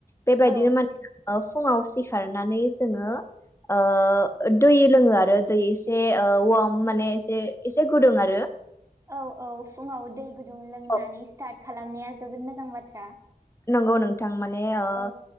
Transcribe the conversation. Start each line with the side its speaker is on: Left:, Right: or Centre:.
Left: बेबायदिनो
Right: औ
Left: माने फुङाव सिखारनानै जोङो ओ दै लोङो आरो दै एसे वार्म माने एसे एसे गुदुं आरो
Right: औ औ फुङाव दै गुदुं लोंनानै
Left: बेखौ
Right: स्टार्ट खालामनाया जोबोद मोजां बाथ्रा
Left: नंगौ नोंथां माने ओ
Right: औ